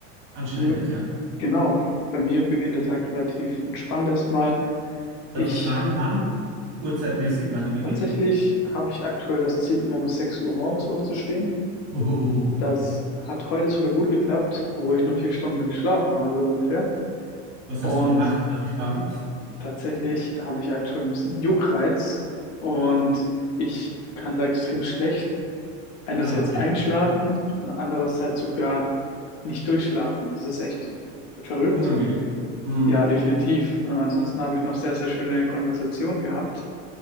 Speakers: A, on the right; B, on the left.
A: Anscheinend,
B: Ja,
A: ja.
B: genau, bei mir beginnt der Tag relativ entspannt erstmal. Ich
A: Darf ich fragen, wann? Uhrzeitmäßig, wann er beginnt?
B: tatsächlich habe ich aktuell das Ziel, immer um 6 Uhr morgens aufzustehen.
A: <laughs> Huhuhuhuhuhu.
B: Das hat heute sogar gut geklappt, obwohl ich nur vier Stunden geschlafen habe ungefähr.
A: Was
B: Und
A: hast du gemacht? Darf ich fragen?
B: tatsächlich habe ich aktuell ein bisschen Juckreiz und ich kann da extrem schlecht einerseits
A: Ah, okay.
B: einschlafen und andererseits sogar nicht durchschlafen. Das ist echt verrückt.
A: Unangenehm. Hm,
B: Ja, definitiv. Und ansonsten habe ich noch sehr, sehr schöne Konversationen gehabt.